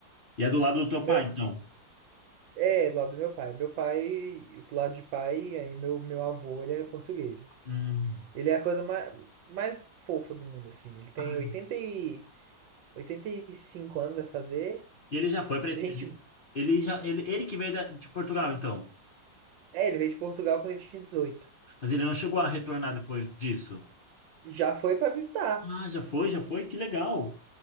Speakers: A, on the left; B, on the right.
A: E é do lado do teu
B: Meu,
A: pai, então.
B: é, do lado do meu pai. Meu pai, do lado de pai, aí meu, meu avô, ele é português. assim.
A: Hum.
B: Ele é a coisa mais, mais fofa do mundo, assim. Ele tem
A: Ai,
B: 80 e, 85 anos a fazer.
A: E ele já foi para ele,
B: Gente
A: ele já ele, ele que veio da- de Portugal, então.
B: É, ele veio de Portugal quando ele tinha 18.
A: Mas ele não chegou a retornar depois disso.
B: Já foi pra visitar.
A: Ah, já foi, já foi, que legal.